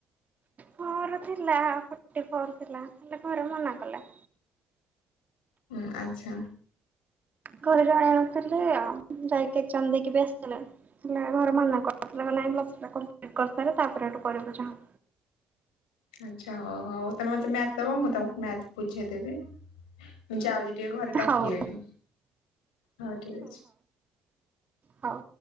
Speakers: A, on the right (about 40°); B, on the left (about 90°).
A: ମୋର ଥିଲା ଫଟି ଫୋର୍ ଥିଲା ହେଲେ ଘରେ ମନା କଲେ।
B: ହୁଁ, ଆଚ୍ଛା।
A: ଘରେ ଜଣେଇ ନଥିଲି ଆଉ ଯାଇକି ଏକ୍ଜାମ୍ ଦେଇକି ବି ଆସିଥିଲେ। ଥିଲେ ଘରେ ମନା କରିଥିଲେ କହିଲେ ଆଗ ପ୍ଲସ୍ ଥ୍ରୀ ଟା କମ୍ପ୍ଲିଟ୍ କରିସାରେ ତା ପରେ ଯାଇ କରିବୁ ଯାହା।
B: ଆଚ୍ଛା, ହଉ ହଉ ତୋମେ ମୋତେ ମ୍ୟାଥ୍ ଦବ ମୁଁ ତୋମକୁ ମ୍ୟାଥ୍ ବୁଝେଇଦେବି। ମୁଁ ଯାଉଚି ଟିକେ ଘରେ ଡାକିଲେଣି।
A: ହଉ
B: ହଉ ଠିକ ଅଛି।
A: ହଁ।